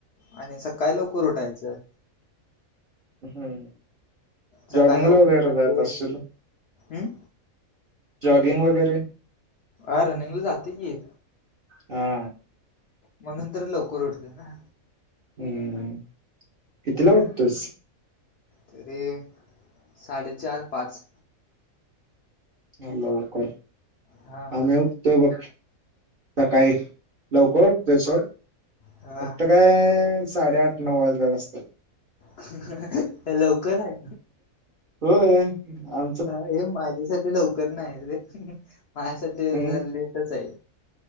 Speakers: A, on the left (about 65°); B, on the right (about 45°).
A: आणि सकाळी लवकर उठायचं.
B: अहं,
A: सकाळ
B: जॉगिंगला
A: लवकर
B: वैगेरे
A: म्हणजे
B: जात असचील?
A: हम्म?
B: जॉगिंग वगैरे
A: आ रनिंगला जातोय की.
B: हा.
A: म्हणून तर लवकर उठलोय ना.
B: हम्म कितीला उठतोस?
A: तरी एक, साडेचार पाच
B: हा लवकर
A: हा
B: आमही तोय, मग सकाळी लवकर उठतोय सोड.
A: हा
B: फक्त काय साडेआठ नऊ वाजल्या असतं
A: हे लवकर आहे?
B: हो आ
A: अ हे माझ्यासाठी लवकर नाही र माझ्यासाठी
B: हम्म,
A: जरा लेटच आहे.